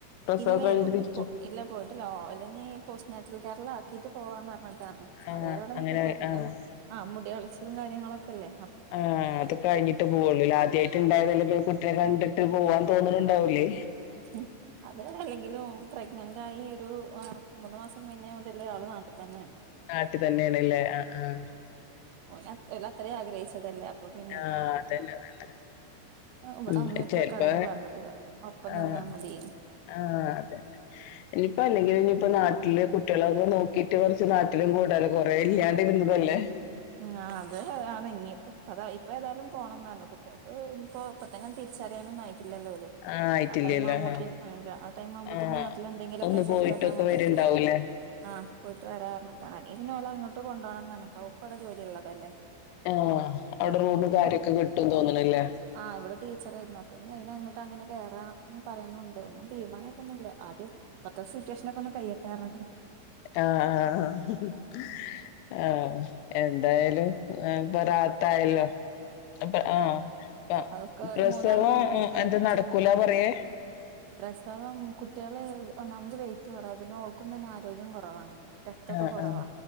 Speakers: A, on the left (about 80°); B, on the right (about 85°).
A: പ്രസവൊക്കെ
B: ഇല്ലയ്
A: കഴിഞ്ഞിട്ട് തിരിച്ചു
B: ഇല്ല പോയിട്ടില്ല ഓലെ ഇഞ് പോസ് നാച്ചുൽ കെയർല് ആക്കീട്ട് പോവാന്ന് പറഞ്ട്ട് ട്ടാണ്.
A: ആഹ്
B: അത് വരെ ഇവടെ
A: അങ്ങനെ
B: നിക്കട്ടെ. പിന്നെ
A: ആഹ്
B: ആഹ് മുടി കളിച്ചിലും കാര്യങ്ങളൊക്കെല്ലേ.
A: ആഹ് അത് കഴിഞ്ഞിട്ട് പോവൊള്ളുലെ ആദ്യായി ട്ട് ഇണ്ടായല്ലെ പിന്നെ കുട്ടിനെ കണ്ടിട്ട് പോവാൻ തോന്നുണൂണ്ടാവൂല്ലേ.
B: ഹും അത് അല്ലെങ്കിലും പ്രഗ്നന്റ് ആയി ഒരു ആഹ് മൂന്ന് മാസം കഴിഞ്ഞ മുതലെ ആൾ നാട്ട് തന്നേണ്.
A: നാട്ട് തന്നേണ്ല്ലേ ആഹ് ആഹ്.
B: ഓല ഓലത്രയും ആഗ്രഹിച്ചതല്ലേ. അ പ്പൊ പിന്നെ,
A: ആഹ് അതന്നെ അതന്നെ
B: ഇവടെ
A: ഉം
B: ഉമ്മീഉപ്പക്കെ
A: ചെലപ്പോ
B: അതന്നേ പറഞ്ഞത്. ഇപ്പം
A: ആഹ്
B: നിന്നാ മതി.
A: ആഹ് അതന്നെ. ഇനിപ്പ അല്ലങ്കിലും ഇഞ് പ്പം നാട്ടില് കുട്ട്യേളൊക്കെ നോക്കിട്ട് കൊർച്ച് നാട്ടിലും കൂടാലോ കൊ റെ ഇല്ലാണ്ടിരുന്നതല്ലേ.
B: ഉം അത് ആണ് ഇഞ്ഞി. ഇപ്പ താ ഇപ്പ ഏതായാലും പോണം ന്നർഞ്ഞു. കുട്ട്യേൾക്ക് ഇനിയിപ്പോ ഇപ്പതന്നെണ് തിരിച്ചറിയാനൊന്നും ആയിട്ടില്ലല്ലോ ഓല്.
A: ആഹ് ആയിട്ടില്ലല്ലോ
B: ആ ടൈം ആവുമ്പോത്തിന്
A: ആഹ്
B: ആ വ്യ ടൈം ആവുമ്പത്തിന്
A: ആഹ്
B: നാട്ടിൽ എന്തെങ്കിലോക്കെ
A: ഒന്ന്
B: സെറ്റ്
A: പോയിട്ടൊക്കെ
B: ആക്കാൻ വാണ്ടിട്ട്.
A: വരുണ്ടാവൂലേ
B: ആഹ് പോയിട്ട് വരാ പർഞ്ഞിട്ടാണ്. അല്ലങ്കി പിന്നേ ഓലങ്ങട്ട് കൊണ്ടോണംന്ന് പറഞ്ഞിട്ടാ ഓക്കും അവ്ടെ ജോലിള്ളതല്ലേ.
A: ഏഹ് അവ്ടെ റൂമും കാര്യൊക്കെ കിട്ടുംന്ന് തോന്ന്ണ്ല്ലേ.
B: ആഹ് ഇവിടെ ടീച്ചറേര്ന്നു. അപ്പൊ ഇനി അയിനങ്ങട്ട് അങ്ങനെ കേറാ ന്ന് പറയുണൂണ്ട് ഒന്നും തീരുമാനായിട്ടൊന്നുല്ല. ആദ്യം ഇപ്പത്തെ സിറ്റുവേഷനൊക്കൊന്ന് കയ്യട്ടെ പർഞ്ഞിട്ടാണ്.
A: ആഹ് ആഹ് ആഹ്. ആഹ്. എന്തായാലും ഇപ്പൊ റാഹത്തായല്ലോ. അപ്പ ആഹ് അ
B: അതൊക്കെ
A: പ്രസവം
B: മൂന്നാള് മൂന്ന് വൈക്കായതുകൊണ്ട്
A: എന്താ നടക്കൂലാ
B: സുഖാണ്
A: പറയേ?
B: പ്രസവം കുട്ട്യേള് ഒന്നാമത് വെയിറ്റ് കൊറവാ. പിന്നെ ഓൾക്കും തന്നെ ആരോഗ്യം കൊറവാണ്. രക്‌തൊക്ക
A: ആഹ്
B: കൊറവാ
A: ആഹ്